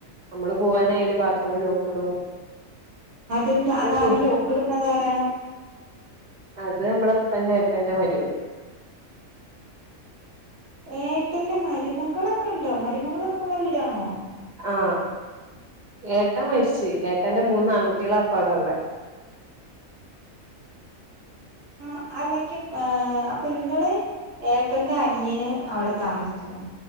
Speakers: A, on the right; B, on the right.
A: നമ്മള് പോവാനായാല് ബാത്ത്റൂമ് ലോക്കിടും
B: അതെന്താ
A: പിന്നെ
B: അതാരാ
A: ഫുഡ്
B: ലോക്കിടുന്നതാരാ
A: അത് നമ്മടപ്പന്റെ ഏട്ടന്റെ മരുമകള്
B: ഏട്ടന്റെ മരുമകളൊക്കെയുണ്ടോ മരുമകളൊക്കെയുള്ള വീടാണോ
A: ആ ഏട്ടൻ മരിച്ചുപൊയി ഏട്ടന്റെ മൂന്ന് ആൺകുട്ടികളാ ഇപ്പ അവിടെയൊള്ളേ
B: ആ അല്ലക്കും ആ അപ്പൊ ഇങ്ങള് ഏട്ടന്റെ അനിയന് അവിടെ താമസിക്കണെ